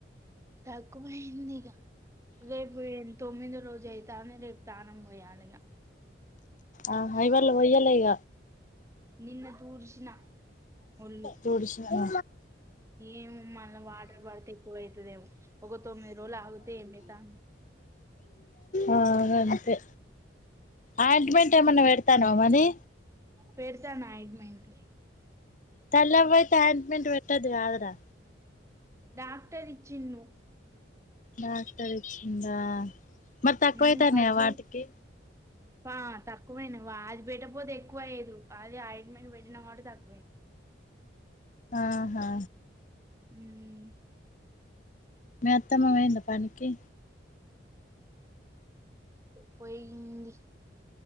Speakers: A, on the right (about 15°); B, on the left (about 40°).
A: తక్కువయింది ఇగ రేపు తొమ్మిదో రోజు అయితాంది రేపు తానం పోయాలి ఇగ
B: ఆ ఐవాళ్ళ పొయ్యాలె ఇగ
A: నిన్న తూడ్చినా ఒళ్ళు
B: తుడిచిన
A: ఏమో మళ్ల వాటర్ పడితే ఎక్కువ అవుతుదేమో ఒక తొమ్మిది రోజులు ఆగితే ఏమవుతంది
B: ఆ గంతే ఆయింట్మెంట్ ఏమన్నా పెడతానవ మది
A: పెడతాన ఆయింట్మెంట్
B: తల్లవ్వ అయితే ఆయింట్మెంట్ పెట్టదు కాదురా
A: డాక్టర్ ఇచ్చిండు
B: డాక్టర్ ఇచ్చిండా మరి తక్కువైతానయ
A: ఉమ్ ఫస్ట్
B: వాటికి
A: ఆ తక్కువైనయి అది పెట్టపోతే ఎక్కువైయ్యేది అది ఆయింట్మెంట్ పెట్టినా కాబట్టి తక్కువైంది
B: ఆహా
A: హ్మ్
B: మీ అత్తమ్మపొయింద పనికి
A: పోయింది